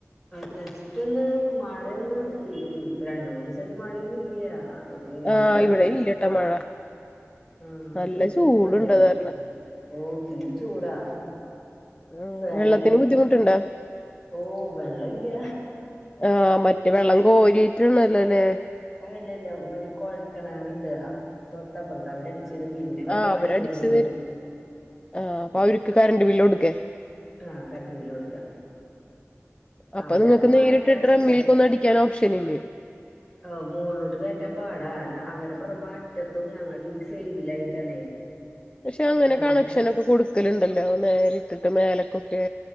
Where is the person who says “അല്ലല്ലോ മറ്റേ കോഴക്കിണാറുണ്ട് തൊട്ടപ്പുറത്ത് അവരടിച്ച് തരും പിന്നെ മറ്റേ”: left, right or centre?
Centre